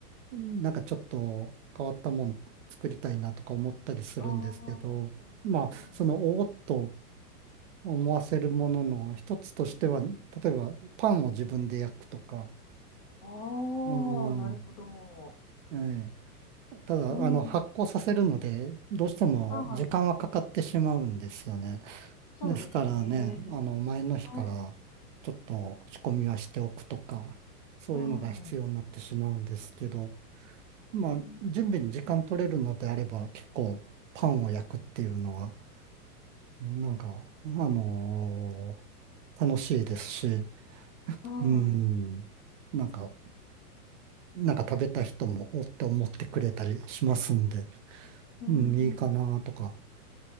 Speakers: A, on the right (about 50°); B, on the left (about 25°).
A: なんかちょっと変わったもん作りたいなとか思ったりするんですけど、
B: ああ、
A: まあ、
B: そうなん
A: そのおーっと思わせるものの一つとしては、例えばパンを自分で焼くとか、
B: ああ
A: うん、
B: ー、なるほど。
A: ええただ、
B: うん。
A: あの、発酵させるので、どうしても時間はかかってしまうんですよね。
B: はい。そうですね。
A: ですからね、あの、前の日からちょっと仕込みはしておくとか、
B: は
A: そういうのが必要になってしまうんですけど、
B: い。はい。
A: まあ、
B: うん。
A: 準備に時間取れるのであれば、結構パンを焼くっていうのは、なんか、あのー楽しいですし、
B: はい。
A: うん、なんか、なんか食べた人もおって思ってくれたりしますんで、
B: うん。
A: うん、いいかなとか。